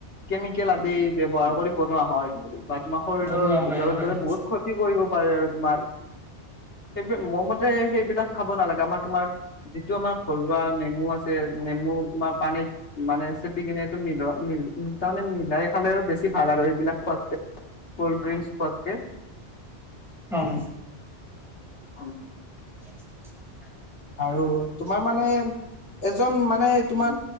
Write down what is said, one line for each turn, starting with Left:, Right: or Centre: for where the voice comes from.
Left: কেমিকেল আদি ব্যৱহাৰ কৰি বনোৱা হয় বা তোমাৰ শৰীৰৰ
Centre: বনোৱা হয়
Left: ভিতৰত
Centre: হয়
Left: গলে বহুত ক্ষতি কৰিব আৰু তোমাৰ সেইটোয়ে মোৰ মতে সেইবিলাক খাব নালাগে আমাৰ তোমাৰ যিটো আমাৰ ঘৰুৱা নেমু আছে নেমু তোমাৰ পানীত মানে চেপি কিনে টো মিল মিল তাৰমানে মিলাই খালে আৰু বেছি ভাল আৰু সেইবিলাক খোৱাত কল্ড ড্ৰিংকস খোৱাতকে
Centre: উম
Left: হয়
Centre: কি‌‌ ঠিক
Left: আৰু তোমাৰ মানে এজন মানে তোমাৰ